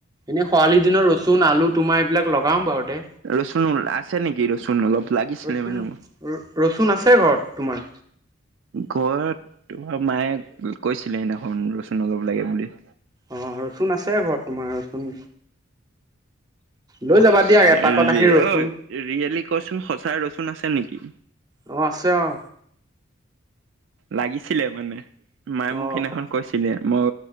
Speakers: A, on the right; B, on the right.
A: এনেই খৰালি দিনৰ ৰচুন, আলু, তোমাৰ এইবিলাক লগাম বাৰু দে
B: ৰচুন আছে নেকি ৰচুন অলপ লাগিছিলে
A: ৰচুন
B: মানে মোক?
A: ৰচুন আছে ঘৰত তোমাৰ।
B: ঘৰত তোমাৰ মায়ে কৈছিলে সেইদিনাখন ৰচুন অলপ লাগে বুলি।
A: অ', ৰচুন আছে ঘৰত তোমাৰ ৰচুন লৈ যাবা
B: <inaudible>
A: দিয়া এপাকত আহি ৰচুন
B: ঐ' ৰিয়েলি কচোন সঁচাই ৰচুন আছে নেকি?
A: অহ, আছে অহ।
B: লাগিছিলে মানে মায়ে মোক
A: অ'।
B: সেইদিনাখন কৈছিলে। মই